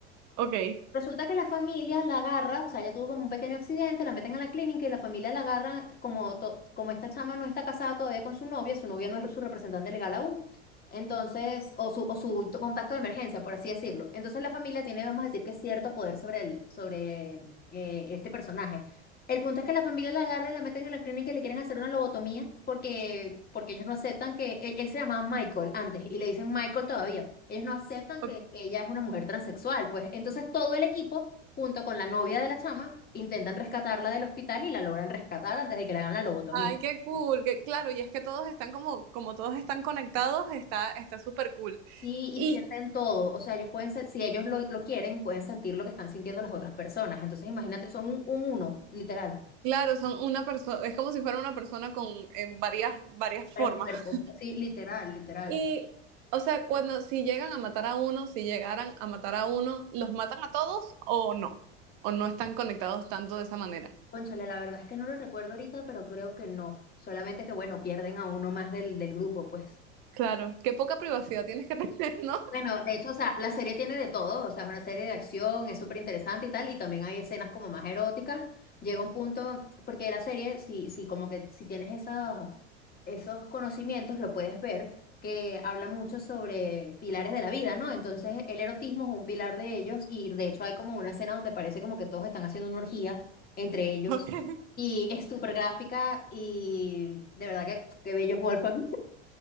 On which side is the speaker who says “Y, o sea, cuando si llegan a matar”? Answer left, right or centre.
Right